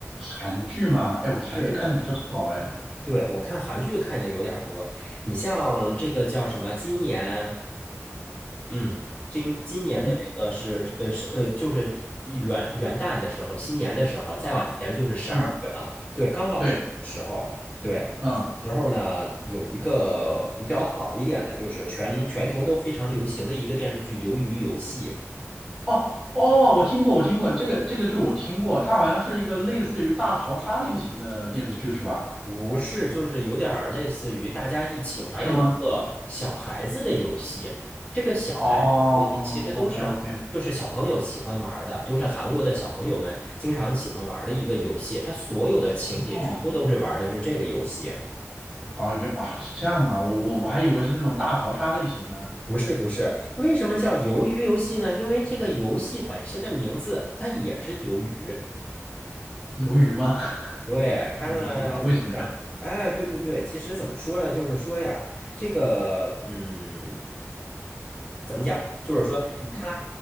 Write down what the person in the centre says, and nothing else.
韩剧吗？哎，我韩剧看的比较少哎。
嗯
啊，嗯，
对，
嗯，
哦哦，我听过，我听过这个这个剧，我听过，它好像是一个类似于大逃杀类型的电视剧是吧？
是吗？
哦，OK OK，
哦，啊原啊是这样吗？我我我还以为是那种大逃杀类型呢。
鱿鱼吗？<laughs>
怎么个说法？为什么呀？
嗯